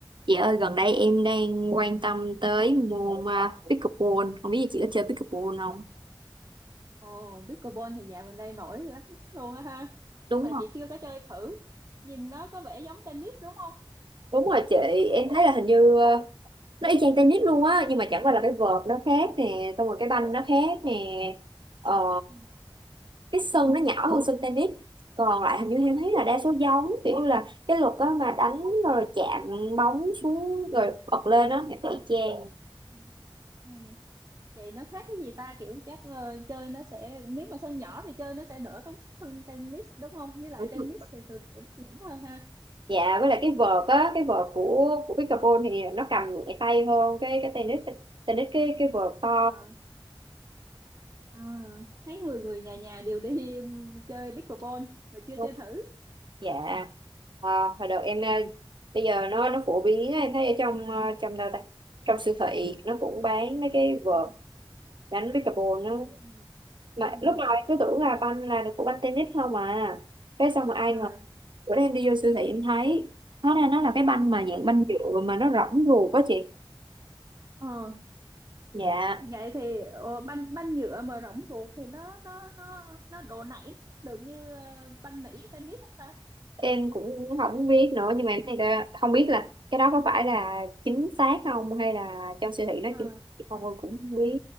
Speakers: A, on the right; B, on the right.
A: Chị ơi, gần đây em đang quan tâm tới môn à, pickleball. Không biết chị có chơi pickleball không?
B: Ồ, pickleball thì dạo gần đây nổi lắm luôn á ha. Nhưng
A: đúng
B: mà
A: không
B: chị chưa có chơi thử. Nhìn nó có vẻ giống tennis đúng không?
A: đúng rồi chị em thấy là hình như ờ, nó y chang tennis luôn á nhưng mà chẳng qua là cái vợt nó khác
B: Ừ.
A: nè xong rồi cái banh nó khác nè ờ,
B: Ừ.
A: cái sân nó nhỏ hơn sân tennis còn lại hình như em thấy là đa số giống kiểu như là cái luật á mà đánh rồi chạm bóng xuống rồi bật lên á em thấy y chang
B: Ừ. Ừ. Vậy nó khác cái gì ta? Kiểu chắc ờ, chơi nó sẽ, nếu mà sân nhỏ thì chơi nó sẽ đỡ tốn sức hơn tennis đúng không? Với lại
A: đúng
B: tennis
A: rồi
B: thì thường kiểu nó nhỏ hơn ha.
A: dạ với lại cái vợt á cái vợt của của pickleball thì nó cầm nhẹ tay hơn cái cái tennis tennis cái cái vợt to
B: À, à, thấy người người nhà nhà đều đi ừm, chơi pickleball mà chưa
A: lắm.
B: chơi thử.
A: dạ à, hồi đầu em ờ, bây giờ nó nó phổ biến á, em thấy ở trong ờ, trong đâu ta trong siêu thị nó cũng bán mấy cái vợt
B: Ừ.
A: đánh pickleball nó
B: Ừ.
A: mà
B: Ừ.
A: lúc nào em cứ tưởng là banh là được của banh tennis không mà cái xong mà ai
B: À,
A: ngờ bữa nay em đi vô siêu thị em thấy hóa ra nó là cái banh mà dạng
B: ừ.
A: banh nhựa mà nó rỗng ruột quá chị
B: Ờ.
A: dạ
B: vậy thì ờ, banh banh nhựa mà rỗng ruột thì nó nó nó nó độ nảy được như ờ, banh nỉ tennis không ta
A: em cũng không biết nữa nhưng mà em thấy là không biết là cái đó có phải là chính xác không hay là trong siêu thị nó
B: ờ
A: chỉ không em cũng không biết